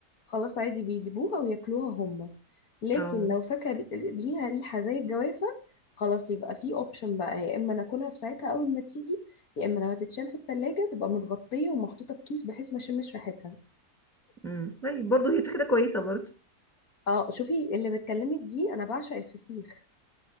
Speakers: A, on the left; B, in the centre.
A: خلاص عادي بيجيبوها وياكلوها هما لكن
B: اه
A: لو فاكهة ري- ليها ريحة زي الجوافة خلاص يبقى في اوبشن بقى يا اما ناكلها في ساعتها اول ما تيجي يا اما لو هتتشال في التلاجة تبقى متغطية ومحطوطة في كيس بحيث ما اشمش ريحتها
B: امم طيب برضه هي فكره كويسه برضه
A: اه شوفي اللي بتكلمك دي انا بعشق الفسيخ